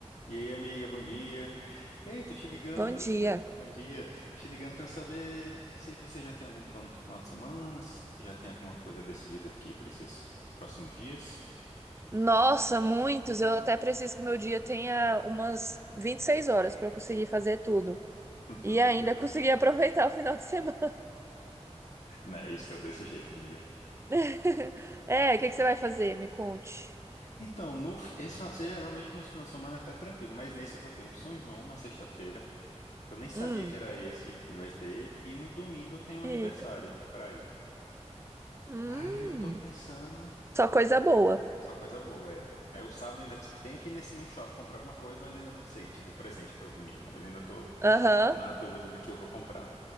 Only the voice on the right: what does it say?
Bom dia.
Nossa, muitos. Eu até preciso que meu dia tenha umas 26 horas para eu conseguir fazer tudo.
E ainda
conseguir <laughs> aproveitar o final de semana.
<laughs> É, o que que você vai fazer? Me conte.
Hum,
eita.
Hum,
só coisa boa.
Aham.